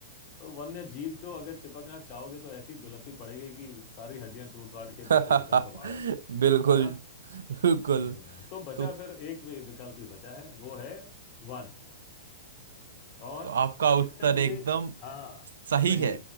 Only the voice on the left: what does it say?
तो वन्य जीव को अगर चिपकना चाहोगे तो ऐसी दुलत्ती पड़ेगी कि सारी हड्डियां टूट फाट के
बिल्कुल एकदम कबाड़ हो जाएंगी
है ना
हम्म तो बचा
फिर एक वि- विकल्प ही बचा है वो है वन और
इसका मुझे
हाँ
सही